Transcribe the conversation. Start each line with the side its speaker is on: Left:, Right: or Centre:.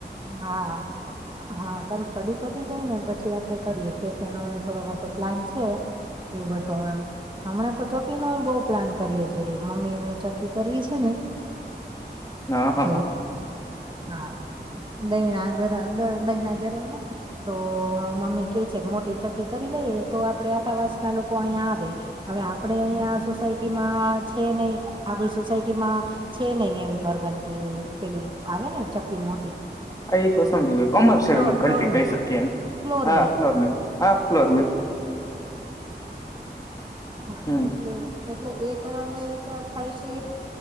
Right: હા હા હા તારું સ્ટડી પતી જાય ને પછી આપડે કરીયએ કે કે એનોને થોડોક આખો પ્લાન છે એ બધોમ હમણાં તો ચક્કી નય બહ પ્લાન કરીએ છે મમ્મી ને ચક્કી કરવી છે ને
Left: હા, હા.
Right: તો હા. દહીણા દરા દહીણા ધરવાના તો અહ મમ્મી કે છે કે મોટી ચક્કી કરી લઈએ તો આપડે આ તા વાસ ના લોકો અહીંયા આવે. હવે આપડે અહીયા સોસાયટીમાં છે નહી આપડી સોસાયટીમાં છે નહી એમ ઘર ઘ કે પેલી આવે ને ચક્કી મો
Left: એ તો સમજી કોમર્શિયલ
Right: ફ્લોર
Left: ઘંન્ટ્રી
Right: ફ્લોર
Left: કહી
Right: મિલ
Left: શકીએ એ
Right: ફ્લોર
Left: હા
Right: મિલ
Left: ફ્લોરમિલ હા ફ્લોરમિલ
Right: હા
Left: હમ
Right: એટલે એટલે એ કરવાનો એ વિચાર થાય છે